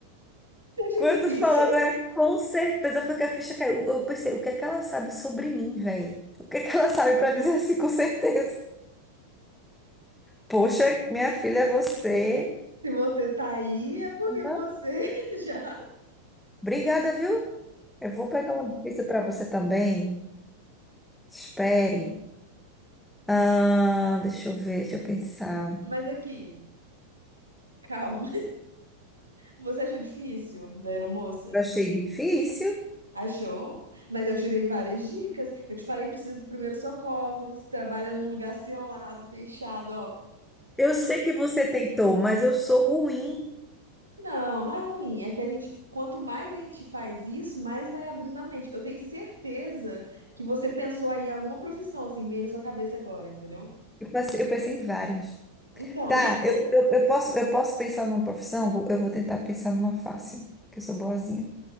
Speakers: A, on the right (about 80°); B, in the centre.
A: acho
B: Quando
A: difícil.
B: tu falou agora, com certeza foi que a ficha caiu. Eu pensei, o que é que ela sabe sobre mim, velho? O que é que ela sabe pra dizer assim, com certeza? Poxa, minha filha, você.
A: Se você tá aí, é porque
B: Opa.
A: você <laughs> já.
B: Obrigada, viu? Eu vou pegar uma difícil pra você também. Espere. Ah, deixa eu ver, deixa eu pensar.
A: Mas aqui, calma. Você achou difícil da aeromoça?
B: Eu achei difícil.
A: Achou? Mas eu tirei várias dicas. Eu te falei, precisa do primeiro socorro, trabalha num lugar selado, fechado, ó.
B: Eu sei que você tentou, mas eu sou ruim.
A: Não, não é ruim. É que a gente, quanto mais a gente faz isso, mais vai abrindo a mente. Eu tenho certeza que você pensou aí em alguma profissão, assim, veio na sua cabeça agora, entendeu?
B: Eu passei- eu pensei em várias.
A: Então,
B: Tá,
A: <laughs>
B: eu, eu, eu posso, eu posso pensar numa profissão? Vou- Eu vou tentar pensar numa fácil, que eu sou boazinha.